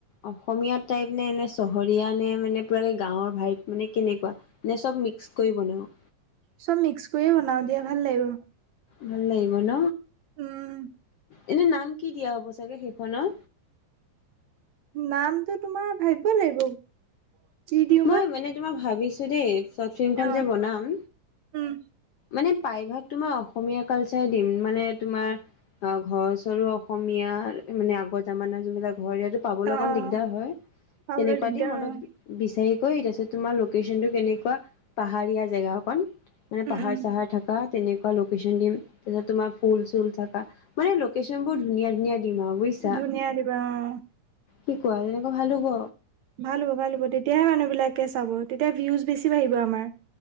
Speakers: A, on the left (about 75°); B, on the right (about 70°).
A: অসমীয়া টাইপ নে এনে চহৰীয়া নে মানে পুৰা গাঁৱৰ ভাই মানে কেনেকুৱা নে চব মিক্স কৰি বনাওঁ
B: চব মিক্স কৰিয়ে বনাও দিয়া ভাল লাগিব
A: ভাল লাগিব ন
B: উম
A: এনে নাম কি দিয়া হ'ব চাগে সেইখনত
B: নামটো তোমাৰ ভাবিব লাগিব কি দিওঁ
A: মই
B: বা
A: মানে তোমাৰ ভাবিছো দেই চট ফিল্মখন
B: অ
A: যে বনাম
B: উম
A: মানে প্ৰাইভাগ তোমাৰ অসমীয়া কালচাৰ দিম মানে তোমাৰ অ ঘৰ চৰ অসমীয়া মানে আগৰ জামানা যোনবিলাক ঘৰ ই পাবলৈ
B: অ অ
A: অকণ দিগদাৰ হয়
B: পাবলৈ
A: তেনেকুৱা
B: দিগদাৰ
A: দিম অলপ
B: হয়
A: বিচাৰিকৈ তাৰিছত তোমাৰ লোকেশ্যনটো কেনেকুৱা পাহাৰীয়া জেগা অকন মানে পাহাৰ
B: উম উম
A: চাহাৰ থাকে তেনেকুৱা লোকেশন দিম তাৰ পিছত তোমাৰ ফুল চুল থাকা মানে লোকেশন বোৰ ধুনীয়া ধুনীয়া দিমা বুজিছা
B: ধুনীয়া দিবা অ',
A: কি কোৱা এনেকে ভাল হব
B: ভাল হ'ব ভাল হ'ব তেতিয়াহে মানুহবিলাকে চাব তেতিয়া ভিউজ বেছি বাঢ়িব আমাৰ